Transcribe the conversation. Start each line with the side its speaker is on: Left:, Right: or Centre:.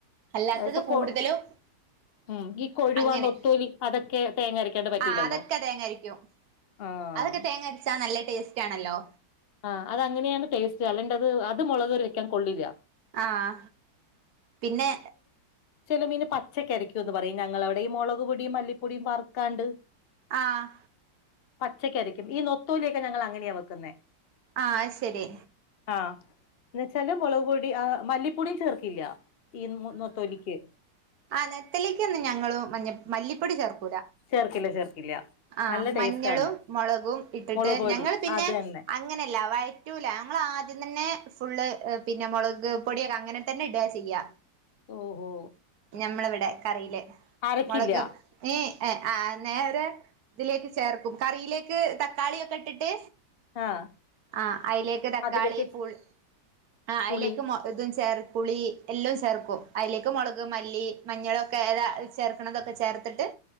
Right: അല്ലാത്തത്
Left: ഇപ്പൊ
Right: കൂടുതലും
Left: ഉം ഈ കൊഴുവന്നൊത്തൂലി
Right: അങ്ങനെ
Left: അതൊക്കെ തേങ്ങരക്കാണ്ട പറ്റില്ലല്ലോ
Right: ആഹ് അതൊക്കെ തേങ്ങരക്കും
Left: ആഹ്
Right: അതൊക്കെ തേങ്ങ അടച്ചാ നല്ല ടേസ്റ്റ് ആണല്ലോ
Left: ആഹ അത് അങ്ങനെയാണ് ടേസ്റ്റ് അല്ലെന്റെ അത് അത് മുളക് ഒരു വെക്കാൻ കൊള്ളില്ല
Right: ആഹ പിന്നെ
Left: ചില മീന് പച്ചക്കരക്കും എന്ന് പറയും ഞങ്ങൾവിടെയും മുളക് പൊടിയും മല്ലിപ്പൊടിയും വറുക്കാണ്ട്
Right: ആഹ
Left: പച്ചക്ക അരക്കും ഈ നൊത്തൂലൊക്കെ ഞങ്ങൾ അങ്ങനെയാ വെക്കുന്നെ
Right: ആഹ ശരി
Left: ആഹ എന്ന വെച്ചാല് മുളക് പൊടി ആ മല്ലിപ്പൊടിയും ചേർക്കല്ല തീന്നത്തൊലിക്ക്
Right: ആ നെത്തലേക്ക്ന്ന് ഞങ്ങള് മ മല്ലിപ്പൊടി ചേർക്കും
Left: ചേർക്കില്ല ചേർക്കില്ല
Right: ആഹ
Left: നല്ല
Right: മഞ്ഞളും
Left: ടേസ്റ്റ് ആണ്
Right: മുളകും ഇട്ടിട്ട്
Left: മുളക് പൊടി
Right: ഞങ്ങൾ പിന്നെ
Left: അത് തന്നെ
Right: അങ്ങനെയല്ല വഴറ്റൂല ഞ ആദ്യം തന്നെ ഫുള് പിന്നെ മുളക് പൊടിയൊക്കെ അങ്ങനെ തന്നെ ഇടുക ചെയ്യാ
Left: ഓഹോ
Right: നമ്മളിവിടെ കറിയില്
Left: അരക്കില്ല
Right: മുളകും ഈ ഏ ആ നേരെ ഇതിലേക്ക് ചേർക്കും കറിയിലേക്ക് തക്കാളിയൊക്കെ ഇട്ടിട്ട്
Left: ആഹ്
Right: ആ അതിലേക്ക് തക്കാളി
Left: അതിലേക്ക്
Right: പുളി ആ അതിലേക്ക്
Left: പുളി
Right: ഇതും ചേർ പുളി എല്ലാം ചേർക്കും അതിലേക്ക മുള മല്ലി മഞ്ഞളൊക്കെ ഏതാ ചേർക്കുന്നതൊക്കെ ചേർത്തിട്ട്